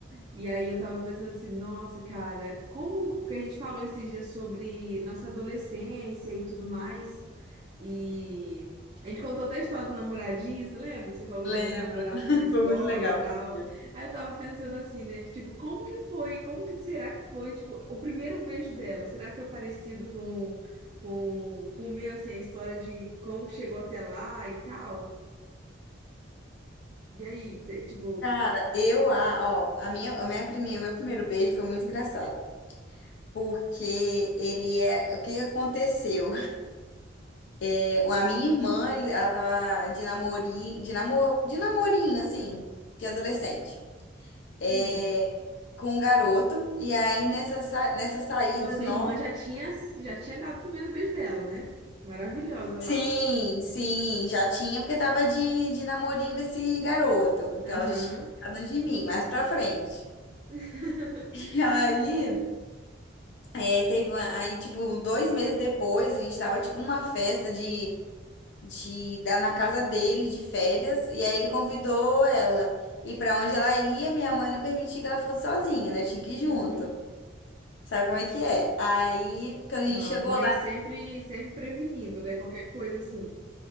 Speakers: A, on the right; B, on the left.
A: E aí eu tava pensando assim, nossa, cara, como que a gente falou esses dias sobre nossa adolescência e tudo mais. E a gente contou até a história do namoradinho, você lembra que você falou
B: Lembro.
A: do namorado
B: <laughs>
A: seu da escola
B: Foi muito legal
A: e tal?
B: aquele dia.
A: Aí eu tava pensando assim, né, tipo, como que foi? Como que será que foi, tipo, o primeiro beijo dela? Será que foi parecido com com, com o meu, assim, a história de como que chegou até lá e tal? E aí, você, tipo,
B: Cara, eu, a, ó, a minha, a minha primeira, o meu primeiro beijo foi muito engraçado. Porque ele é. O que que aconteceu? É, a minha irmã, ele- ela tava de namorinho, de, namor, de namorinho, assim, de adolescente. É,
A: hum,
B: com um garoto, e aí nessas, sa- nessas saídas,
A: Então, sua
B: nossa.
A: irmã já tinha, já tinha dado o primeiro beijo dela, né? Maravilhosa lá.
B: Sim, sim, já tinha, porque tava de, de namorinho com esse garoto. Então
A: Aham.
B: ela já tinha ficado de mim, mais pra frente.
A: <laughs>
B: <laughs> E aí, é, teve, uma- aí, tipo, dois meses depois, a gente tava, tipo, numa festa de, de, da, na casa dele, de férias, e aí ele convidou ela. E pra onde ela ia, minha mãe não permitia que ela fosse sozinha, né? Tinha que ir junto.
A: Uhum.
B: Sabe como é que é? Aí, quando
A: Não,
B: a gente
A: a
B: chegou
A: mãe sempre, sempre prevenindo, né? Qualquer coisa assim.